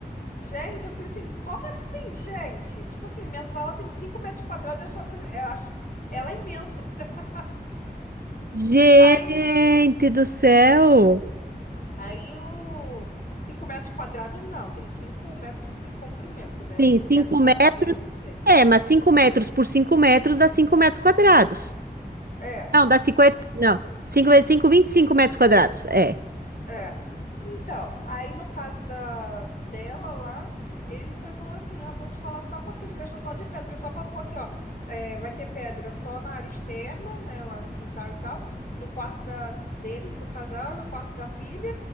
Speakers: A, on the left (about 55°); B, on the right (about 65°).
A: Gente, eu falei assim, como assim, gente? Tipo assim, minha sala tem 5 metros quadrados, eu acho essa- eu acho ela é imensa. <laughs>
B: Gente
A: Aí,
B: do céu!
A: aí o 5 metros quadrados, não, tem 5 metros de comprimento, né?
B: Sim,
A: No
B: 5
A: metro
B: metros.
A: quadrado eu não sei.
B: É, mas 5 metros por 5 metros dá 5 metros quadrados.
A: É.
B: Não, dá cinquenta Não, 5 vezes cinco vinte e cinco metros quadrados. É.
A: É. Então, aí no caso da dela lá, ele foi e falou assim, ó, vou te falar só quanto que a gente gastou só de pedra, só pra pôr aqui, ó. É, vai ter pedra só na área externa, né, lá no quintal e tal, no quarto da, deles, do casal, no quarto da filha,